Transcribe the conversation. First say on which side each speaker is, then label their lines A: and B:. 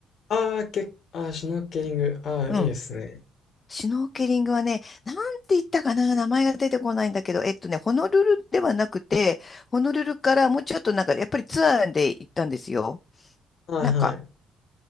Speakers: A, on the left (about 55°); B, on the left (about 35°).
A: ああ、け、ああ、シュノーケリング。ああ、
B: うん。
A: いいですね。
B: シュノーケリングはね、なんて言ったかな、名前が出てこないんだけど、えっとね、ホノルルではなくて、ホノルルからもうちょっとなんか、やっぱりツアーで行ったんですよ。
A: はいはい。
B: なんか、